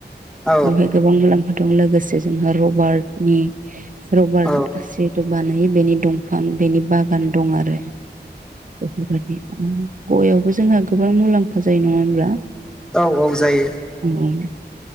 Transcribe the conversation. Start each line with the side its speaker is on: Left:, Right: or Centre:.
Centre: औ
Right: बेवहाय गोबां मुलाम्फा दं लोगोसे जोंहा रबार्ट नि रबार्ट
Centre: औ
Right: जिहुथे' बानायो बेनि दंफां बेनि बागान दं आरो। आरो बेफोरबायदि खामानि गयावबो जोंहा गोबां मुलाम्फा जायो नङा होनब्ला?
Centre: औ औ जायो।
Right: उम